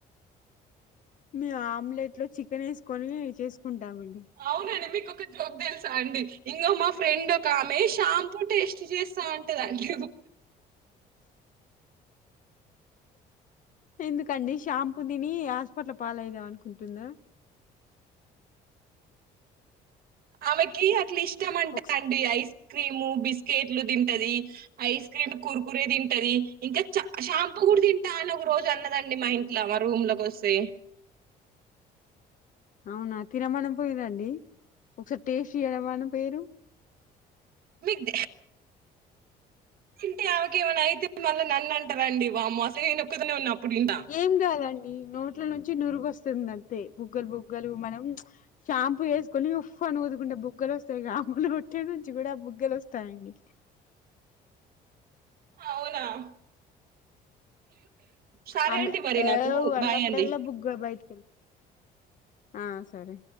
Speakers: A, on the left; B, on the right.
A: మేము ఆమ్లెట్ లో చికెన్ వేసుకొని చేసుకుంటామండి
B: అవునండి మీకు ఒక జోక్ తెలుసా అండి ఇంగో మా ఫ్రెండ్ ఒక ఆమె షాం పు టేస్ట్ చేస్తా అంటదండీ
A: ఎందుకండి షాంపూ తిని హాస్పిటల్ పాలయిదాం అనుకుంటుందా
B: ఆమెకి అట్ల్ ఇష్ట ష్టం అంటా
A: ఒకసారి
B: అండి ఐస్ క్రీము బిస్కెట్లు తింటది ఐస్ క్రీమ్ కురకురే తింటది ఇంకా చ షాంపూ కూడా తింటా అని ఒక రోజు అన్నదండి మా ఇంట్లో మా రూమ్ లోకి వస్తే
A: అవునా తినమని పొయ్యిర్ర అండి ఒకసారి టేస్ట్యడమాన పోేరు
B: మీకు అంటే ఆమెకేమైనా అయితే మళ్ళా నన్ను అంటారండి వామ్మో అసలే నొక్కదాన్నే ఉన్నా అప్పుడు ఇంట్ల.
A: ఏం కాదండి నోట్ల నుంచి నురుగ వస్తుంది అంతే బుగ్గలు బుగ్గలు మనం షాంపూ వేసుకొని ఉఫ్ అని ఊదుకుంటే బుగ్గలు వస్తాయి గా రొట్టే నుంచి కూడా బుగ్గలు వస్తాయండి
B: అవునా సరే
A: ఆమె
B: అండి మరి
A: ఏవ్
B: నాకు.
A: అన్నప్పుడల్లా
B: బాయ్ అండి.
A: బుగ్గలు బయటకు వ ఆ సరే